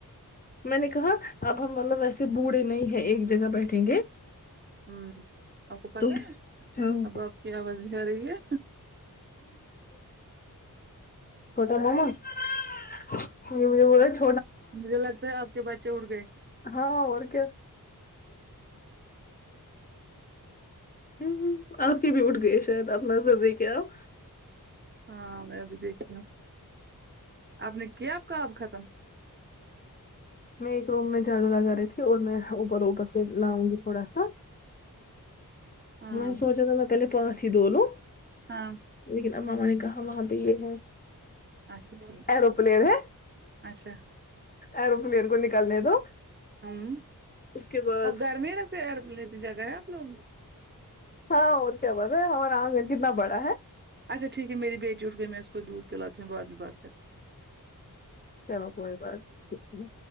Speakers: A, on the left; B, on the right.
A: میں نے کہا اب ہم مطلب وسے بوڑھے نہیں ہے ایک جگہ بیٹھیں گے
B: ہوں آپ کو پتہ
A: تو
B: ہے
A: ہاں
B: اب آپ کی آواز بھی آ رہی ہے
A: کٹ ماما ت مجھے ب <unintelligible>
B: مجھے لگتا ہے آپ کے بچے اٹھ گئے
A: ہاں اور کیا ہ آپ کے بھی اٹھ گئے شاید آپ نظر دے کے آپ
B: ہاں میں بھی دیکھو آپ نے کیا آپ کام ختم
A: میں ایک روم میں جاڑو لگا رہی تھی اور میں اوپر اوپر سے لاؤ گی تھوڑا سا
B: ہاں
A: میں نے سوچا تھا میں پہلے پس ہی د لوں
B: ہاں
A: لیکن امام ابا نے کہا وہاں پہ یہ گئے
B: اچھا ٹھیک
A: ایروپلین
B: ہے
A: ہے
B: اچھا
A: ایروپلین کو نکالنے دو
B: ہوں
A: اس کے بعد
B: اب گھر میں ہی رہتے ایروپلین اتی جگہ ہے آپ لوگ
A: ہاں اور کیا بول رہے ہے ہمار آنگن کتنا بڑا ہے
B: اچھا ٹھیک ہےمری بیٹی آٹھ گئ ہے میں اس کو دودھ پلااوں بعد میں بات کرتے
A: چلو کوئی بات نہیں ٹھیک ہے